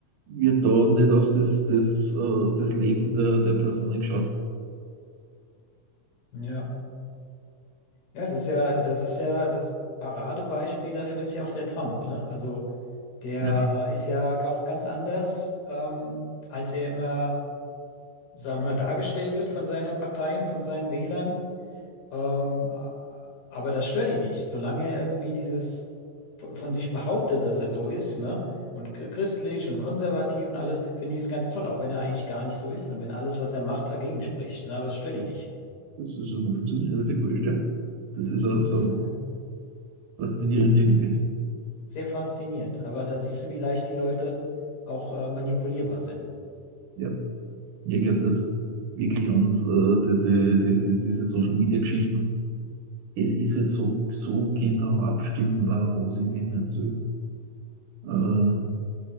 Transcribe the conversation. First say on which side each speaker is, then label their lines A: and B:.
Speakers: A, on the right (about 65°); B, on the left (about 90°).
A: wird da nicht auf das, das, äh, das Leben der, der Personen geschaut.
B: Ja. Ja, es ist ja, das ist ja das Paradebeispiel dafür ist ja auch der Trump, ne? Also der
A: Ja.
B: äh, ist ja auch ganz anders, ähm, als er immer, sagen wir, mal, dargestellt wird von seiner Partei und von seinen Wählern. Ähm, a- aber das stört ihn nicht, solange er irgendwie dieses v- von sich behauptet, dass er so ist, ne? Und chr- christlich und konservativ und alles, finde ich es ganz toll, auch wenn er eigentlich gar nicht so ist und wenn alles, was er macht, dagegen spricht, ne? Aber es stört ihn nicht.
A: Das ist schon offensichtlich relativ wurscht, ja. Das ist auch so
B: Das, ähm,
A: faszinierend
B: das ist.
A: irgendwie.
B: Sehr faszinierend. Aber da siehst du, wie leicht die Leute auch äh, manipulierbar sind.
A: Ja, Ja, ich glaube, das wirklich und äh, die, die, die, die, diese Social Media Geschichten, es ist halt so, so genau abstimmbar, was ich wem erzähle. Äh,